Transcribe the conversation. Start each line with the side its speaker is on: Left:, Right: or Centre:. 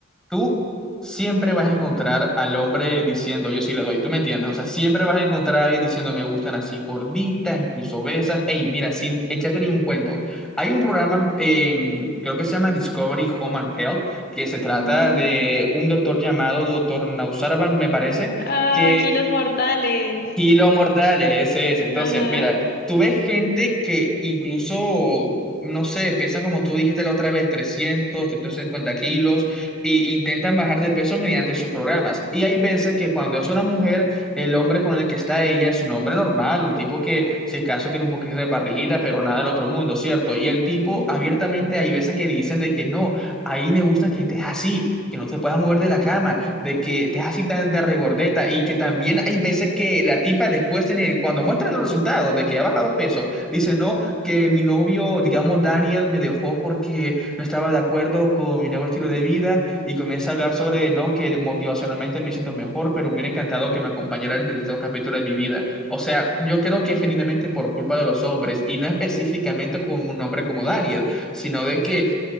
Centre: tú siempre vas a encontrar al hombre diciendo, yo sí le doy, ¿tú me entiendes? O sea, siempre vas a encontrar a alguien diciendo, me gustan así gorditas, incluso obesas. Ey, mira, sin echarte ningún cuento. Hay un programa en, creo que se llama Discovery Home and Health, que se trata
Left: Ujú.
Centre: de un doctor llamado doctor Nausarvan, me parece.
Left: Ah,
Centre: que
Left: aquí los mortales.
Centre: Kilos mortales, ese es. Entonces,
Left: Ajá.
Centre: mira, tú ves gente que incluso, no sé, pesan como tú dijiste la otra vez, 300, cincuenta kilos, e intentan bajar de peso mediante sus programas. Y hay veces que cuando es una mujer, el hombre con el que está ella es un hombre normal, un tipo que, si es caso, tiene un poquito de barriguita, pero nada del otro mundo, ¿cierto? Y el tipo,
Left: Ujú.
Centre: abiertamente, hay veces que dicen de que no, ahí me gusta que estés así, que no te puedas mover de la cama de que estés así tan de regordeta y que también hay veces que la tipa después, en el, cuando muestra los resultados de que ha bajado peso, dice, no, que mi novio, digamos, Daniel me dejó porque no estaba de acuerdo con mi nuevo estilo de vida y comienza a hablar sobre, no, que motivacionalmente me siento mejor, pero me hubiera encantado que me acompañara en este capítulo de mi vida. O sea, yo creo que es genuinamente por culpa de los hombres y no específicamente con un hombre como Daniel, sino de que